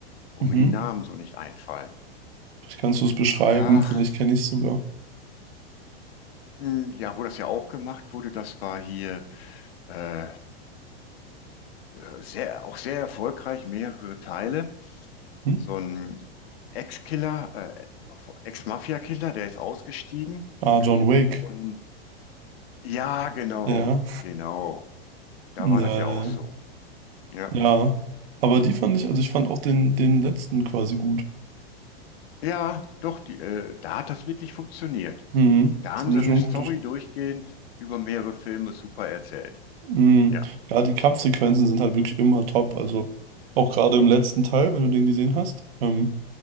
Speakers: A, on the left; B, on the right.
A: wo
B: Mhm.
A: mir die Namen so nicht einfallen.
B: Vielleicht kannst du es beschreiben,
A: Ach,
B: vielleicht kenne ich es sogar.
A: mh, ja, wo das ja auch gemacht wurde, das war hier äh, äh, sehr, auch sehr erfolgreich, mehrere Teile.
B: Hm?
A: So ein Ex-Killer, äh, Ex-Mafia-Killer, der ist ausgestiegen.
B: Ah, John Wick.
A: Und ja, genau,
B: Ja.
A: genau. Da
B: Ja,
A: war das ja
B: ja.
A: auch so.
B: ja.
A: Ja,
B: Ja. Aber die fand ich, also ich fand auch den, den letzten quasi gut.
A: ja, doch, die, äh, da hat das wirklich funktioniert.
B: Mhm.
A: Da
B: Ziemlich
A: haben sie eine
B: ungut.
A: Story durchgehend über mehrere Filme super erzählt.
B: Mm,
A: Ja.
B: Ja, die Kampfsequenzen sind halt wirklich immer top. Also auch gerade im letzten Teil, wenn du den gesehen hast, ähm,